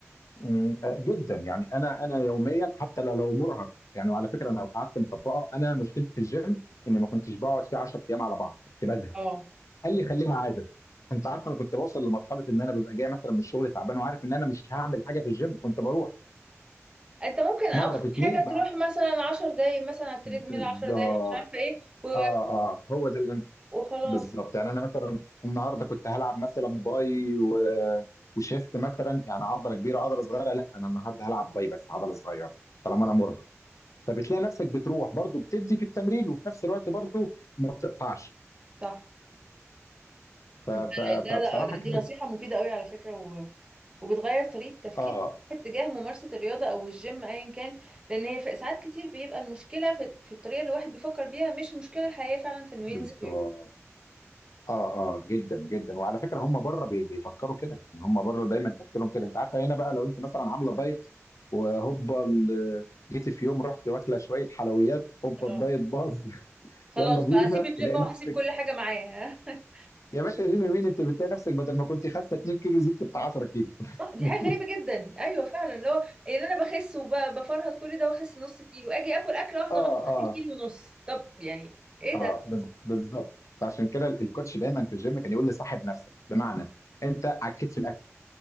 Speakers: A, on the left; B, on the right.
A: أمم، آه، جدا يعني انا انا يوميا حتى لو لو مرهق يعني وعلى فكره انا قعدت مطبقه انا مشكلتي في الجيم اني ما كنتش بقعد فيه 10 ايام على بعض كنت بزهق
B: اه
A: قال لي خليها عاده انت عارف انا كنت بوصل لمرحله ان انا ببقى جاي مثلا من الشغل تعبان وعارف ان انا مش هعمل حاجه في الجيم كنت بروح
B: انت ممكن ابسط
A: مره في اتنين
B: حاجة
A: بقى
B: تروح مثلا عشر دقايق مثلا على التريد
A: بالظبط
B: ميل عشر دقايق مش عارفة ايه و...
A: اه اه هو ده اللي أنا-
B: وخلاص
A: بالظبط يعني انا مثلا النهارده كنت هلعب مثلا باي و... وشيست مثلا يعني عضله كبيره عضله صغيره لا انا النهارده هلعب باي بس عضله صغيره طالما انا مرهق فبتلاقي نفسك بتروح برضو بتدي في التمرين وفي نفس الوقت برضو ما بتقطعش
B: صح
A: ف... ف...
B: انت
A: فبصراحه
B: ده, ده ده-
A: كانت
B: دي نصيحة مفيدة قوي على فكرة وبتغير طريقة تفكير
A: اه
B: اتجاه ممارسة الرياضة أو الجيم أيا كان لأن هي ف- ساعات كتير بيبقى المشكلة في, في الطريقة اللي الواحد بيفكر بيها مش المشكلة الحقيقية فعلا في إنه
A: بالظبط
B: ينزل ويروح
A: اه اه جدا جدا وعلى فكره هم بره بي- بيفكروا كده ان هم بره دايما تفكيرهم كده انت عارفه هنا بقى لو انت مثلا عامله دايت وهوبا ال- جيتي في يوم رحت واكله شويه حلويات هوبا
B: اه
A: الدايت باظ <laughs>
B: خلاص
A: يلا بينا
B: بقى أسيب الجيم
A: تلاقي
B: وهسيب
A: نفسك
B: كل حاجة معاه <laughs>
A: يا باشا ريمي مين انت بتلاقي نفسك بدل ما كنت خاسه 2 كيلو زدت بتاع 10 كيلو
B: صح دي
A: <laughs>
B: حاجة غريبة جدا أيوه فعلا اللي هو يعني أنا بخس وبفرهد كل ده وأخس نص كيلو أجي آكل أكلة واحدة
A: اه
B: غلط
A: اه
B: أجيب كيلو ونص طب يعني إيه
A: اه
B: ده؟
A: بز- بالظبط فعشان كده الكوتش دايما في الجيم كان يقول لي صاحب نفسك بمعنى انت عكيت في الاكل